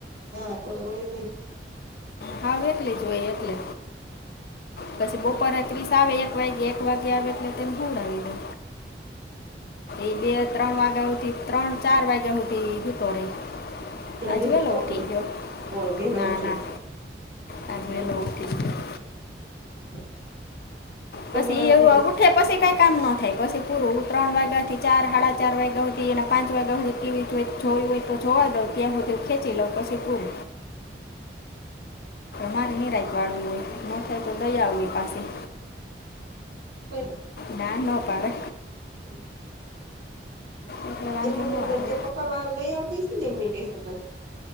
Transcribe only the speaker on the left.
હાહું એકલીજ હોય એટલે પછી બપોરે ત્રીસ આવે એક વાગે એક વાગે આવે એટલે તેને હુવડાવી દઉ
એ બે ત્રણ વાગ્યા હુદી ત્રણ ચાર વાગ્યા હુદી હૂતો રેય આજે
વેલો
ઉઠી
ગીયો
ના
ના આજે
વેલો ઉઠી ગયો
પસી એ એવુ
આવું ઠ પછી કંઈ કામ ન થાય પછી પૂરું ત્રણ વાગ્યાથી ચાર હાડા ચાર વાગ્યા હતી એના પાંચ વાગ્યાતી ટીવી હોય જોયું હોય તો જોવા દઉ ત્યાં હું ખેંચી લઉં પછી પુરુ મારે નિરાયકવાળું હોય ની થાય તો દયા આવે પાશી
ના નો પાડે
એટલે વાંધો
ન
આવે